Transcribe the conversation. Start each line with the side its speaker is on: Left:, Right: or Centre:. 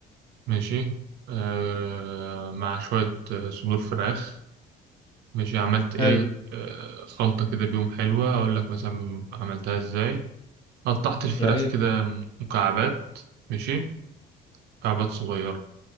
Right: ماشي آه، مع شوية آه، صدور فراخ ماشي عملت ايه
Left: حلو
Right: آه، خلطة كده بيهم حلوة اقول لك مثلا عملتها ازاي قطعت الفراخ
Left: يا ريت
Right: كده مكعبات ماشي مكعبات صغيرة